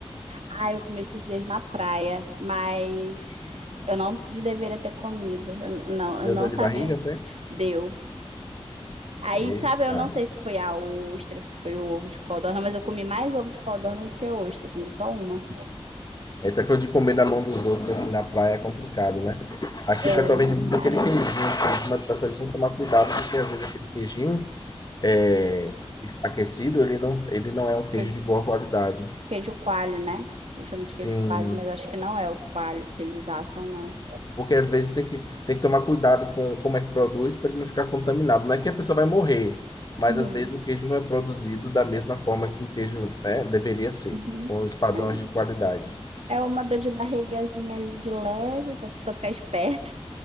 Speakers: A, on the right; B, on the left.
A: Ah, eu comi esses dias na praia, mas eu não deveria ter comido. Eu n- não, eu
B: Deu
A: não
B: dor
A: sabia.
B: de barriga, foi?
A: Deu. Aí,
B: Eita.
A: sabe, eu não sei se foi a ostra, se foi o ovo de codorna, mas eu comi mais ovo de codorna do que ostra. Eu comi só uma.
B: Essa coisa de comer na mão dos outros, assim, na praia é complicado, né? Aqui
A: Ei,
B: o pessoal vende muito
A: cara,
B: aquele queijinho, assim, mas o pessoal tem que tomar cuidado, porque às vezes aquele queijinho é, aquecido, ele não, ele não é um queijo
A: queijo,
B: de boa qualidade.
A: queijo coalho, né? Eu chamo de
B: Sim,
A: queijo coalho, mas eu acho que não é o coalho que eles assam, não.
B: porque às vezes tem que, tem que tomar cuidado com como é que produz para ele não ficar contaminado. Não é que a pessoa vai morrer, mas
A: Uhum.
B: às vezes o queijo não é produzido da mesma forma que o queijo, né, deveria ser,
A: Uhum.
B: com os padrões
A: Não.
B: de qualidade.
A: É uma dor de barrigazinha ali de leve, pra pessoa ficar esperta.